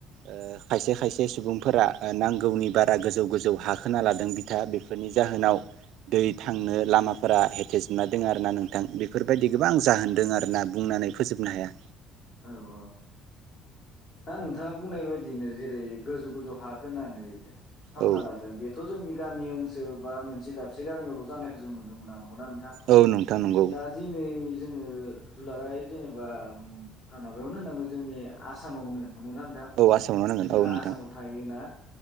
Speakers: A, on the right (about 70°); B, on the left (about 50°).
A: ओ खायसे खायसे सुबुंफोरा ओ नांगौनि बारा गोजौ गोजौ हा खोना लादों बिथा बेफोरनि जाहोनाव दै थांनो लामा फोरा हेथेजोबना दं आरो ना नोंथां बेफोरबायदि गोबां जाहोनदों आर ना बुंनानै फोजोबनो हाया
B: औ औ दा नोंथाङा बुंनाय बायदिनो जेरै गोजौ गोजौ हा होनानै खालामना
A: औ
B: लादों बेथ' जोंनि गामि ओनसोल बा मोनसे दाबसे गामियावल' जानायखौ जों नुनो मोना नंगोना न नोंथां
A: औ नोंथां नंगौ
B: दा जि नै जोङो दुलाराय जेनेबा माबायावनो होनांगोन जोंनि आस सामावनो नंगौना नोंथां
A: औ आसामावनो
B: जों
A: नांगोन
B: दा
A: औ नोंथां
B: आसामाव थायोना